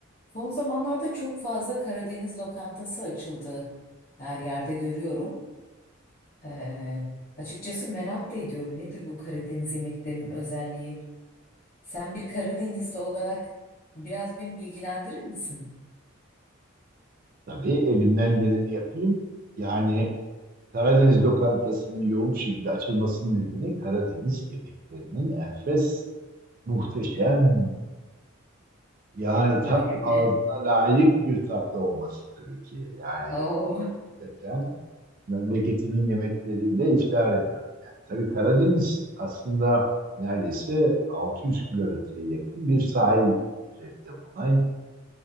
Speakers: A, on the left (about 45°); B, on the right (about 45°).
A: Son zamanlarda çok fazla Karadeniz lokantası açıldı. Her yerde görüyorum. Ee, açıkçası merak da ediyorum. Nedir bu Karadeniz yemeklerinin özelliği? Sen bir Karadenizli olarak biraz beni bilgilendirir misin?
B: Tabii elimden geleni yapayım. Yani Karadeniz lokantasının yoğun bir şekilde açılmasının nedeni Karadeniz yemeklerinin enfes, muhteşem, yani tam
A: Öyle mi?
B: ağzına layık bir tatlı olması tabii ki. Yani
A: Oo,
B: gerçekten memleketimin yemekleriyle iftihar ediyorum. Yani tabii Karadeniz aslında neredeyse 600 kilometreye yakın bir sahil üzerinde bulunan